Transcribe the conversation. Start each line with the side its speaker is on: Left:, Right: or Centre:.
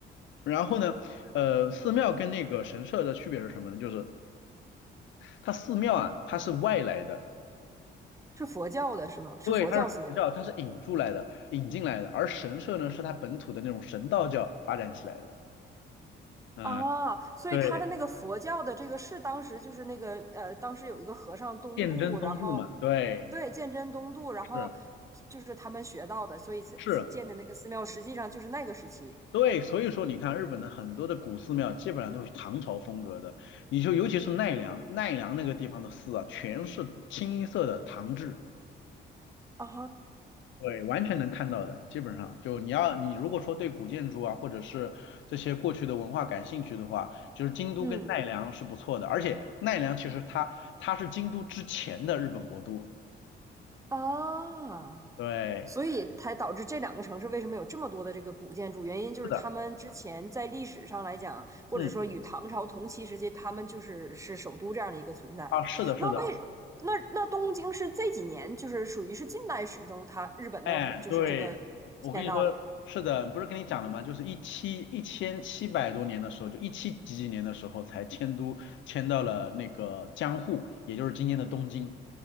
Left: 然后呢，呃，寺庙跟那个神社的区别是什么呢？就是它寺庙啊，它是外来的，
Right: 是佛教的是吗？是佛教寺庙，
Left: 对，它是佛教，它是引入来的、引进来的，而神社呢，是它本土的那种神道教发展起来的。嗯，
Right: 啊，所以他的那个佛教的这个是当时就是那个呃，
Left: 对，
Right: 当时有一个和尚东渡，
Left: 鉴真宗助嘛，
Right: 然后
Left: 对，
Right: 对鉴真东渡，然后
Left: 是
Right: 就是他们学到的，所以才建的那个寺庙实际上就是那个时期
Left: 是，对，所以说你看日本的很多的古寺庙基本上都是唐朝风格的，你就尤其是奈良，奈良那个地方的寺啊，全是清一色的唐制。
Right: 啊，
Left: 对，完全能看到的，基本上就你要你如果说对古建筑啊，或者是这些过去的文化感兴趣的话，就是京都跟奈良是不错的，
Right: 嗯，
Left: 而且奈良其实它它是京都之前的日本国都，
Right: 啊。
Left: 对，
Right: 所以才导致这两个城市为什么有这么多的这个古建筑？原因就是他们之前在历史上来讲，
Left: 是的，
Right: 或者说与唐朝同期时期，
Left: 嗯，
Right: 他们就是是首都这样的一个存在。
Left: 啊，是的，是的。
Right: 那为那那东京是这几年就是属于是近代史中它日本的就是这个迁到的。
Left: 哎，对，我跟你说，是的，不是跟你讲了吗？就是一七一千七百多年的时候，就一七几几年的时候才迁都迁到了那个江户，也就是今天的东京。